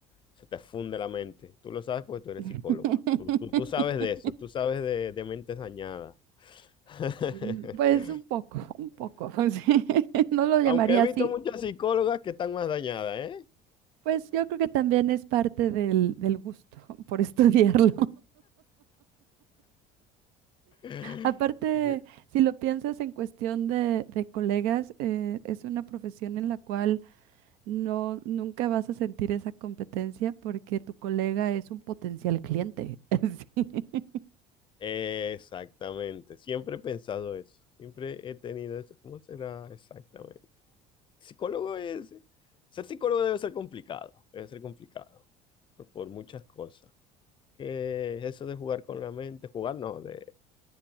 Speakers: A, on the left; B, on the right.
A: se te funde la mente. Tú lo sabes porque tú eres
B: <laughs>
A: psicóloga. Tú, tú, tú sabes de eso, tú sabes de, de mentes dañadas. <laughs>
B: Mm, Pues un poco, un poco, <laughs> sí, No lo llamaría
A: Aunque he visto
B: así.
A: muchas psicólogas que están más dañadas,
B: Pues yo creo que también es parte del, del gusto por <laughs> estudiarlo.
A: ¿eh?
B: Aparte,
A: <laughs>
B: si lo piensas en cuestión de, de colegas, eh, es una profesión en la cual no, nunca vas a sentir esa competencia porque tu colega es un potencial cliente. <laughs> Sí.
A: Exactamente, siempre he pensado eso, siempre he tenido eso. ¿Cómo será exactamente? Psicólogo es, ser psicólogo debe ser complicado, debe ser complicado por, por muchas cosas. Que eso de jugar con la mente, jugar no, de,